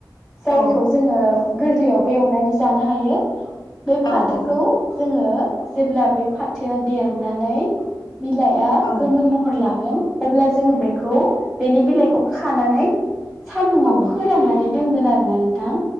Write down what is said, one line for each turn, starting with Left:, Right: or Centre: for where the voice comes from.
Centre: जायखौ
Left: औ
Centre: जोङो गोरलैयावबो एवनानै जानो हायो बे फाथोखौ
Left: औ
Centre: जोङो जेब्ला बे फाथोआ देरनानै बिलाइआ
Left: औ
Centre: गोमोन महर लागोन। अब्ला जोङो बेखौ बेनि बिलाइखौ खानानै सान्दुंङाव
Left: औ
Centre: फोराननानै दोनगोन आरोना नोंथां।